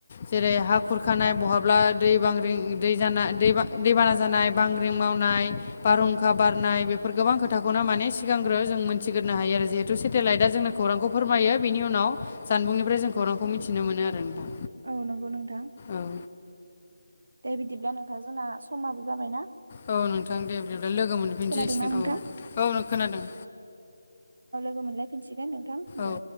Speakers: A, on the left; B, on the right.
A: जेरै हा खुरखानाय बहाब्ला दै बांग्रिं दै जाना दैबाना जानाय बांग्रिं मावनाय बारहुंखा बारनाय बेफोर गोबां खोथाखौनो माने सिगांग्रो जों मोनथिग्रोनो हायो आरो जिहेथु सेटेलाइटआ जोंनो खौरांखौ फोरमायो बेनि उनाव जानबुंनि <unintelligible> खौरांखौ मिथिनो मोनो आरो नोंथां
B: औ नंगौ नोंथां
A: औ
B: दे बिदिब्ला नोंथां जोंना समाबो जाबाय ना
A: औ नोंथां दे बिदिब्ला लोगो मोनफिननोसैसिगोन
B: खोनादोंना नोंथां
A: औ औ नो खोनादों
B: मोनलाय फिनसिगोन नो थां दे
A: औ